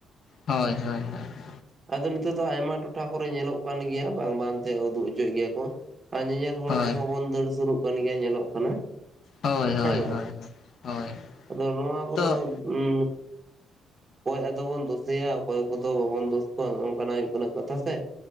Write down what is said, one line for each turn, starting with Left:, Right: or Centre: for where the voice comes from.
Left: ᱦᱚᱭ ᱦᱚᱭ ᱦᱚᱭ ᱾
Right: ᱟᱫᱚ ᱱᱤᱛᱚᱜ ᱫᱚ ᱟᱭᱢᱟ ᱴᱚᱴᱷᱟ ᱠᱚᱨᱮ ᱧᱮᱞᱚᱜ ᱠᱟᱱ ᱜᱮᱭᱟ ᱵᱟᱝ ᱵᱟᱝ ᱛᱮ ᱩᱫᱩᱜ ᱦᱚᱪᱚᱭᱮᱫ ᱜᱮᱭᱟ ᱠᱚ, ᱟᱨ ᱧᱮᱧᱮᱞᱼᱼ
Left: ᱦᱳᱭ
Right: ᱦᱚᱲ ᱠᱚᱦᱚᱸ ᱵᱚᱱ ᱫᱟᱹᱲ ᱥᱩᱨᱩᱜ ᱠᱟᱱ ᱜᱮᱭᱟ ᱧᱮᱞᱚᱜ ᱠᱟᱱᱟ ᱾
Left: ᱦᱳᱭ ᱦᱳᱭ
Right: ᱦᱮᱸ ᱵᱟᱝ,
Left: ᱦᱳᱭ ᱦᱳᱭ
Right: ᱟᱫᱚ ᱱᱚᱣᱟ ᱠᱚᱫᱚᱼᱼ
Left: ᱛᱚ
Right: ᱩᱸ ᱚᱠᱚᱭ ᱟᱫᱚ ᱵᱚᱱ ᱫᱳᱥᱮᱭᱟ ᱚᱠᱚᱭ ᱠᱚᱫᱚ ᱵᱟᱵᱚᱱ ᱫᱳᱥᱼᱼ ᱱᱚᱜᱼᱚ ᱱᱚᱝᱠᱟ ᱱᱟᱜ ᱦᱩᱭᱩᱜ ᱠᱟᱱᱟ ᱠᱟᱛᱷᱟ ᱥᱮ,